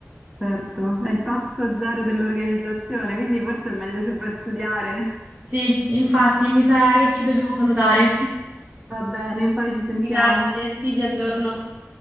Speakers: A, on the right (about 20°); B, on the right (about 45°).
A: Certo, è il passo zero dell'organizzazione, quindi forse è meglio se vai a studiare.
B: Sì, infatti, mi sa che ci dobbiamo salutare.
A: Va bene, poi ci sentiamo.
B: Grazie, sì, vi aggiorno.